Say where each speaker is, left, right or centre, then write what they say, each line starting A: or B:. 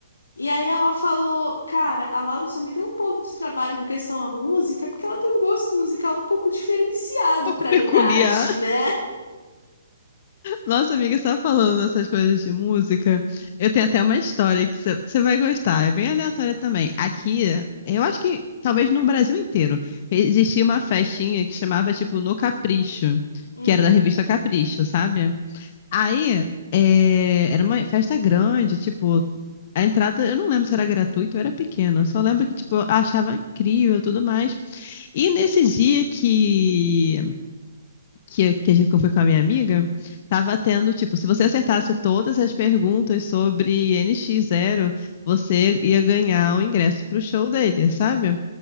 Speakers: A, on the left; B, on the left.
A: E aí ela falou, cara, a Laura só me deu um pouco de trabalho com questão à música, porque ela tem um gosto musical um pouco diferenciado
B: pouco
A: pra
B: peculiar.
A: idade, né?
B: <laughs> Nossa, amiga, você tá falando essas coisas de música. Eu tenho até uma história que você você vai gostar. É bem aleatória também. Aqui, eu acho que talvez no Brasil inteiro, existia uma festinha que chamava, tipo, No Capricho,
A: Hum,
B: que era da revista Capricho, sabe? Aí, é, era uma festa grande, tipo, a entrada, eu não lembro se era gratuita ou era pequena. Só lembro que, tipo, eu achava incrível e tudo mais. E nesse dia que, que, que a gente- que eu fui com a minha amiga, tava tendo, tipo, se você acertasse todas as perguntas sobre NX0, você ia ganhar o ingresso pro show dele, sabe?